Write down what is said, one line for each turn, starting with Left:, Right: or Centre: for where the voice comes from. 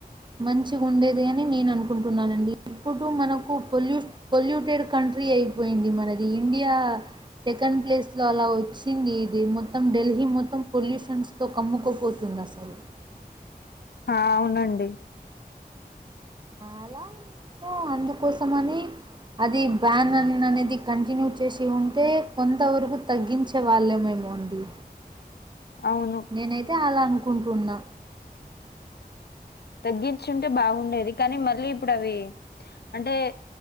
Right: మంచిగ ఉండేది అని నేను అనుకు కుంటున్నాదండి ఇప్పుడు మనకు పొల్యూ పొల్యూటెడ్ కంట్రీ అయిపోయింది మనది ఇండియా సెకండ్ ప్లేస్లో అలా వచ్చింది ఇది మొత్తం ఢిల్లీ మొత్తం పొల్యూషన్స్ తో కమ్కుకుపోతుంది అసలు
Left: ఆ అవునండి
Right: అలా సో అందుకోసమని అది బ్యాన్ అని అనేది కంటిన్యూ చేసి ఉంటే కొంతవరకు తగ్గించే వాళ్ళేమేమో అండి
Left: అవును
Right: నేనైతే అాల అనుకు కుంటున్నా
Left: తగ్గించుంటే బాగుండేది కానీ మళ్ళీ ఇప్పుడు అవి అంటే